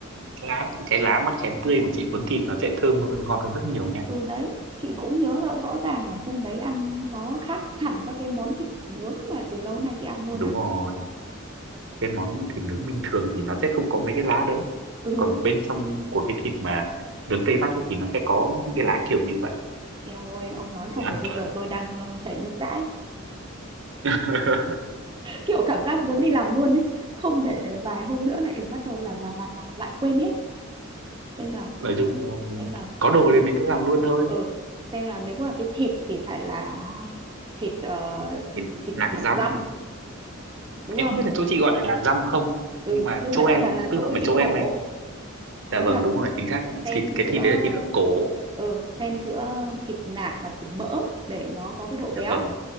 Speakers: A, on the right; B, on the right.
A: lá cái lá mắc khén tươi mà chị cuốn thịt nó sẽ thơm hơn ngon hơn rất nhiều nha
B: ừ đấy chị cũng nhớ rõ rõ ràng là hôm đấy ăn nó khác hẳn các cái món thịt nướng mà từ lâu nay chị ăn luôn
A: đúng
B: á
A: rồi cái món thịt nướng bình thường thì nó sẽ không có mấy cái lá đấy
B: ừ
A: còn bên trong của cái thịt mà nướng Tây Bắc ấy thì nó sẽ có những cái lá kiểu như vậy
B: eo ơi ông nói
A: để
B: xong
A: ăn
B: rồi bây
A: kèm
B: giờ tôi đang ờ, chảy nước dãi
A: <laughs>
B: kiểu cảm giác muốn đi làm luôn ấy không để vài hôm nữa lại bắt đầu là là là, là lại quên hết xem nào
A: nói chung
B: xem nào
A: có
B: là
A: đồ
B: những
A: thì mình cứ làm luôn thôi
B: ừ xem nào nếu mà cái thịt thì phải là thịt ờ,
A: Thì
B: thịt thịt
A: nạc
B: nạc
A: dăm
B: dăm đúng
A: em
B: không
A: không biết là chỗ chị gọi là lạc răm không
B: ừ
A: nhưng mà
B: nhưng
A: chỗ
B: mà đại
A: em
B: loại là
A: tức
B: chỗ
A: không phải
B: thịt
A: chỗ em
B: cổ
A: anh dạ
B: đúng
A: vâng
B: chưa
A: đúng rồi chính xác là
B: xen
A: thịt cái
B: giữa
A: thịt đấy là thịt ở cổ
B: ừ xen giữa thịt nạc và thịt mỡ để nó có cái độ
A: dạ
B: béo
A: vâng